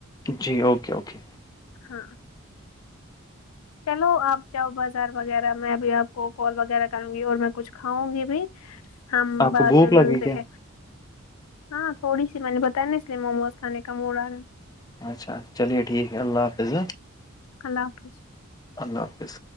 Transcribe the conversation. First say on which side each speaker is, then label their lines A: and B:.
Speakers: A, on the left; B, on the left.
A: جی اوکے اوکے
B: ہاں چلو آپ جاؤ بازار وغیرہ میں اب آپ کو کال وغیرہ کروں گی اور میں کچھ کھاؤں گی بھی
A: <inaudible> <unintelligible>
B: ہم بعد
A: کو بھوک
B: میں
A: لگی
B: ملتے
A: کیا
B: ہیں ہاں تھوڑی سی میں نے بتایا نا اس لیے موموز کانے کا موڑا
A: اچھا چلیے ٹھیک ہے اللہ حافظ
B: اللہ حافظ
A: اللہ حافظ